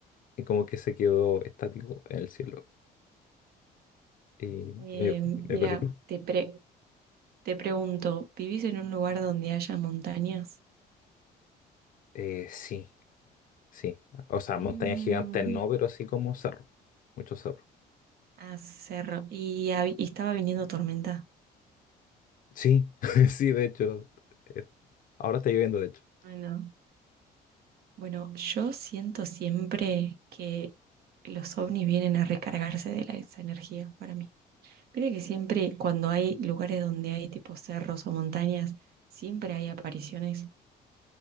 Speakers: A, on the left; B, on the right.
A: Y como que se quedó estático en el cielo. Y
B: Eh,
A: me
B: mira,
A: me cosita.
B: te pre- te pregunto, ¿vivís en un lugar donde haya montañas?
A: Eh, sí, sí. O sea,
B: Mm,
A: montañas gigantes no, pero sí como cerro. Muchos cerros.
B: ah, cerro. ¿Y, hab- y estaba viniendo tormenta?
A: Sí, <laughs> sí, de hecho. eh, ahora está lloviendo, de hecho.
B: Ay, no. Bueno, yo siento siempre que los ovnis vienen a recargarse de la- esa energía para mí. Pero que siempre cuando hay lugares donde hay tipo cerros o montañas, siempre hay apariciones.